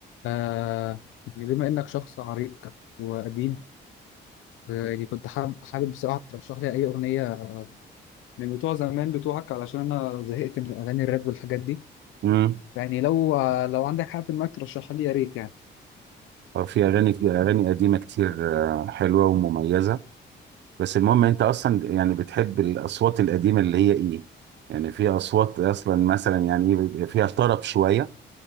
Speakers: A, on the left; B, on the right.
A: آه يعني بما إنك شخص عريق وقديم آه، يعني كنت حابب حابب بصراحة ترشح لي أي أغنية من بتوع زمان بتوعك علشان أنا زهقت من أغاني الراب والحاجات دي
B: امم
A: يعني لو آه، لو عندك حاجة في دماغك ترشحها لي يا ريت يعني
B: في اغاني في اغاني قديمه كتير آه، حلوه ومميزه بس المهم انت اصلا يعني بتحب الاصوات القديمه اللي هي ايه يعني في اصوات اصلا مثلا يعني ايه بيبقى فيها طرب شويه